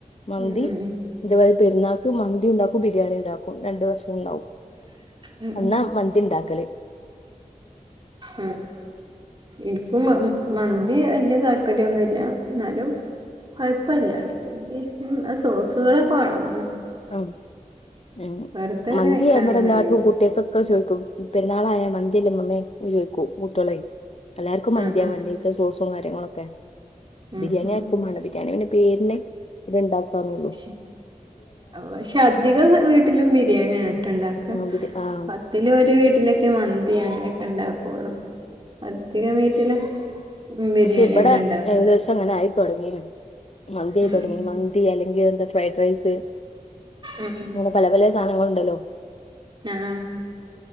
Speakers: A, on the left; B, on the right.
A: മന്തി
B: ഉം ഉം
A: അതപോലെ പെരുന്നാക്ക് മന്തി ഉണ്ടാക്കും ബിരിയാണി ഇണ്ടാക്കും രണ്ടു വർഷംണ്ടാവും
B: ഉം
A: അന്നാ
B: ഉം
A: മതി ഉണ്ടാക്കല്
B: ഉം എനപ്പും മന്തി വല്യ താല്പര്യൊന്നുമല്ല എന്നാലും കൊഴപ്പല്ലട്ട സോസുകളെണം
A: ഉ ഉ
B: വെറുതെ ഇങ്ങനെ
A: മന്തി
B: കഴിക്കാനൊന്നും
A: നമ്മടെ എല്ലാവർക്കും
B: കഴിയൂല
A: കുട്ടികക്കൊക്കെ ചോദ പെരുന്നാളായ മന്തില്ല മമ്മേ ചോദിക്കൂ കൂട്ടികളെ എല്ലാർക്കും മന്തിയാ
B: ആഹ് ആഹ്
A: വേണ്ടേ ഇത്ത ദോസവും കാര്യങ്ങളൊക്കെ
B: ഉം
A: ബിരിയാണി
B: ഉം
A: ആക്കും വേ ബിരിയാണിന്റെ പേരിനെ ഇത് ഇണ്ടാക്കാന്നള്ളു
B: പക്ഷെ പക്ഷെ അധിക വീട്ടിലും ബിരിയാണിയാണ്ട്ടണ്ടാക്ക
A: ആഹ് ബിരി ആഹ്
B: പത്തില വീട്ടില മന്തി അങ്ങനെയൊക്കെ ഉണ്ടാക്കള്ളു അധികം വീട്ടില ഉ ബിരിയാണി
A: പക്ഷെ ഇവിടെ
B: തന്നെ ഉണ്ടാക്കും
A: ഏകദേശം അങ്ങനെ ആയിത്തടങ്ങീ മന്തി ആയി
B: ഉം
A: തുടങ്ങീ മന്തി അല്ലെങ്കിൽ എന്താ ഫ്രൈഡ് റൈസ്
B: ഉം ഉം
A: അങ്ങനെ പല പല സാധനങ്ങളുണ്ടല്ലോെ
B: ആ ആ